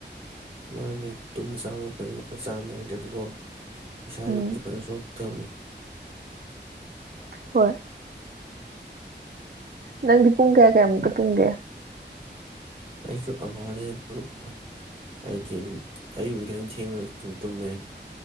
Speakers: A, on the right; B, on the right.
A: ꯃꯥꯅꯤ ꯇꯨꯝꯕ ꯆꯥꯕ ꯐꯖꯅ ꯆꯥꯡ ꯅꯥꯏꯗ꯭ꯔꯗꯤꯀꯣ ꯏꯁꯥꯥꯏ
B: ꯎꯝ
A: <unintelligible> ꯇꯕꯅꯤ
B: ꯍꯣꯏ ꯅꯪꯗꯤ ꯄꯨꯡ ꯀꯌꯥ ꯀꯌꯥꯃꯨꯛꯀ ꯇꯨꯝꯒꯦ
A: ꯑꯩꯁꯨ ꯑꯃꯍꯤꯅꯤꯗ ꯃꯔꯨꯞ ꯍꯥꯏꯗꯤ ꯑꯗꯨꯝ ꯑꯩꯕꯨ ꯈꯤꯇꯪ ꯊꯦꯡꯅ ꯑꯗꯨꯝ ꯇꯨꯝꯃꯦ